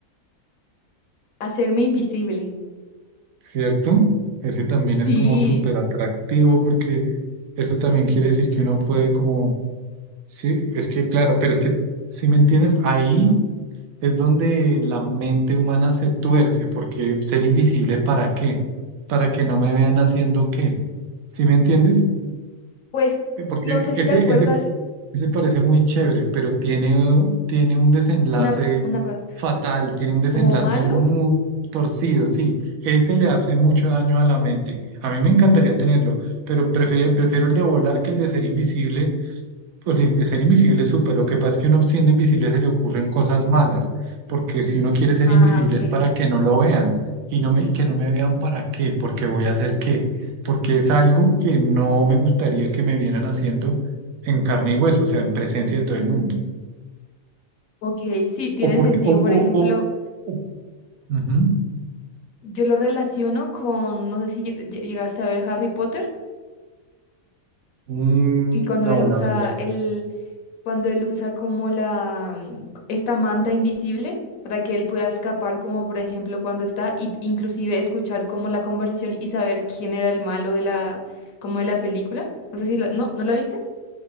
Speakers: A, on the left (about 80°); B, on the right (about 80°).
A: Hacerme invisible.
B: ¿cierto? Ese también es
A: Sí,
B: como súper atractivo porque eso también quiere decir que uno puede como, sí, es que claro, pero es que, si me entiendes, ahí es donde la mente humana se tuerce, porque ser invisible, ¿para qué? Para que no me vean haciendo qué, ¿sí me entiendes?
A: pues
B: Eh, Porque
A: no sé
B: ese,
A: si te acuerdas
B: ese ese parece muy chévere, pero tiene, tiene un desenlace
A: una, ra- una raza
B: fatal, tiene un desenlace
A: como malo.
B: muy torcido, sí. Ese le hace mucho daño a la mente. A mí me encantaría tenerlo, pero prefiero, prefiero el de volar que el de ser invisible pues de, de ser invisible es súper. Lo que pasa es que uno siendo invisible se le ocurren cosas malas, porque si uno quiere ser
A: Ah,
B: invisible
A: ok.
B: es para que no lo vean y no me, y que no me vean para qué, porque voy a hacer qué, porque es algo que no me gustaría que me vieran haciendo en carne y hueso, o sea, en presencia de todo el mundo.
A: Ok, sí, tiene
B: O porque,
A: sentido.
B: o,
A: Por
B: o,
A: ejemplo,
B: o- o- Ujú.
A: yo lo relaciono con, no sé si lle- lle- llegaste a ver Harry Potter
B: Mm,
A: y cuando
B: no,
A: él
B: la
A: usa
B: verdad.
A: el, cuando él usa como la, mm, esta manta invisible para que él pueda escapar, como por ejemplo cuando está, y inclusive escuchar como la conversación y saber quién era el malo de la, como de la película. No sé si la, no, ¿no la viste?